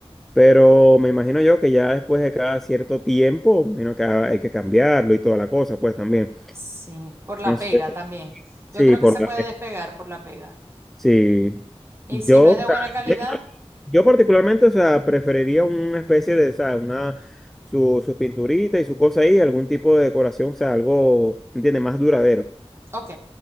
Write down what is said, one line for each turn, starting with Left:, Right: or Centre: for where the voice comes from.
Centre: Pero me imagino yo que ya después de cada cierto tiempo, me imagino que hay que cambiarlo y toda la cosa, pues también.
Right: Sí, por la
Centre: No sé,
Right: pega también.
Centre: sí,
Right: Yo creo
Centre: por
Right: que se
Centre: la-
Right: puede despegar por la pega.
Centre: sí.
Right: Y
Centre: Yo,
Right: si no es
Centre: o
Right: de
Centre: sea,
Right: buena calidad,
Centre: eh, yo particularmente, o sea, preferiría una especie de, o sea, una, su, su pinturita y su cosa ahí, algún tipo de decoración, o sea, algo, ¿entiendes? Más duradero.
Right: Ok,